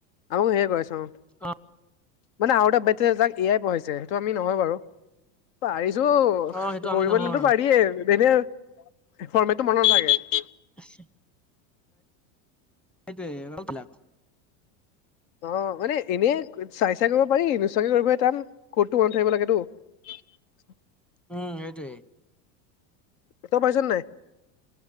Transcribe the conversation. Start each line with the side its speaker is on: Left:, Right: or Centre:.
Left: আৰু সেই কৰাইছোঁ।
Centre: অঁ।
Left: মানে আৰু এটা বেট আছে যাক এয়াই পঢ়াইছে সেইটো আমি নহয় বাৰু পাৰিছো
Centre: অ' সেইটো
Left: কৰিব
Centre: আমি নহয়
Left: দিলেতো পাৰিয়ে এনে ফৰ্মেটো মনত নাথাকে
Centre: আচ্ছা সেইটোৱেই
Left: অ মানে এনেই চাই চাই কৰিব পাৰি নোচোৱাকৈ কৰিবহে তান ক'ততো মনত থাকিব লাগেতো <unintelligible>
Centre: উম সেইটোৱেই।
Left: ত পাইছ নাই